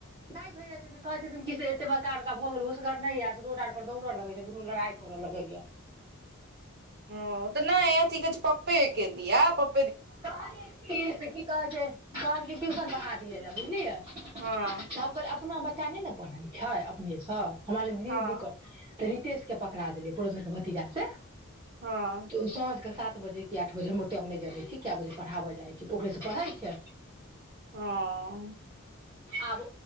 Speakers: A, on the right; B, on the right.
A: नहि भेज जाइत छथिन कहै छथिन कि से एतेक बड़का बड़का भऽ गेल होशगर नहि य से रोड आर पर दौड़य लगै छै दुनू लड़ाइ करय लगैए
B: ह तऽ नहि अथी क छै पप्पे के दिया प
A: कहलियै की से की कहै छै कहल के टियूशन पराह दिएलै बुझलियै त
B: हँ
A: कहल अपना बच्च च्च नहि ने पढ़ै छै अपनेसँ हमर दीदी
B: हँ
A: दीदी कह तऽ दीदी तेस के पकड़ा देलियै पुर धर के भतीजा से
B: हँ
A: तऽ साँझके साथ ात बजे आठ बजे हम ओतेब नहि जान छी कए बजे पढ़ाबऽ जाइ छै तऽ ओकरेसँ पढ़ै छै
B: हँ
A: आब